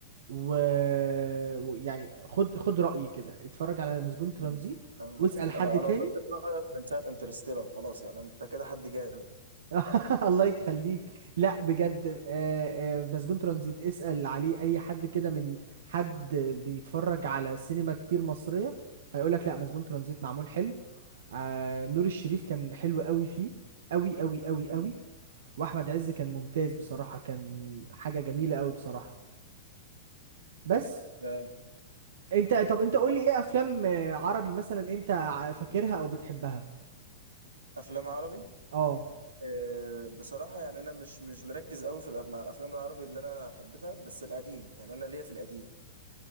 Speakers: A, on the right (about 65°); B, on the right (about 85°).
A: و... ويعني خد خد رأيي كده اتفرج على مسجون
B: مم.
A: ترانزيت
B: انا
A: واسأل حد
B: انا انا
A: تاني
B: وضحت رايك من ساعه انترستيلر خلاص يعني انت كده حد جامد
A: <laughs> الله يخليك لا بجد آه، آه، مسجون ترانزيت اسأل عليه اي حد كده من حد بيتفرج على سينما كتير مصرية هيقولك لا مسجون ترانزيت معمول حلو آه، نور الشريف كان حلو قوي فيه قوي قوي قوي
B: مم.
A: قوي واحمد عز كان ممتاز بصراحه كان حاجه جميله قوي بصراحه بس
B: ده
A: انت طب انت قول
B: طب
A: لي ايه افلام آه، عربي مثلا انت ع- فاكرها او بتحبها
B: افلام عربي
A: اه
B: أه بصراحه يعني انا مش مش مركز قوي في الأف- مع الافلام العربي اللي انا حبيتها بس القديم يعني انا ليا في القديم